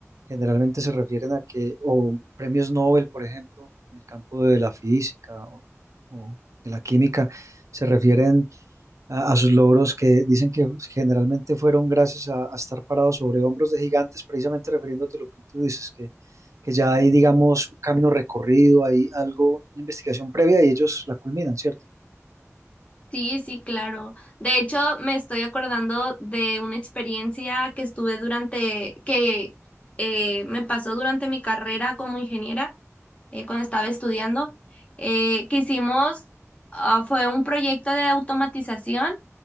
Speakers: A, on the right; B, on the left.
A: Generalmente se refieren a que, o premios Nobel, por ejemplo, en el campo de la física o, o de la química, se refieren a, a sus logros que dicen que generalmente fueron gracias a, a estar parados sobre hombros de gigantes, precisamente refiriéndote a lo que tú dices, que, que ya hay, digamos, un camino recorrido, hay algo, una investigación previa y ellos la culminan, ¿cierto?
B: Sí, sí, claro. De hecho, me estoy acordando de una experiencia que estuve durante, que eh, me pasó durante mi carrera como ingeniera, eh, cuando estaba estudiando, eh, que hicimos, ah, fue un proyecto de automatización